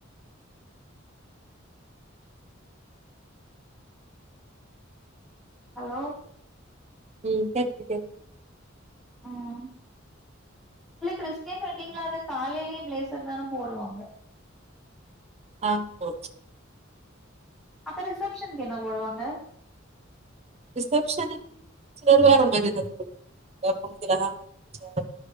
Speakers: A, in the centre; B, on the right.
A: ஹலோ
B: ம் கேக்குது கேக்
A: ம் உங்க கிறிஸ்டன் வெட்டிங்களா காலேலயே பிளேசர்தான போடுவாங்க
B: ஆ போ
A: அப்ப ரிசப்ஷன்கு என்ன போடுவாங்க
B: ரிஷச்சனுக்கு செர்வாணி அந்த மாரி போட்டுக் எதா புடிக்கலனா <unintelligible>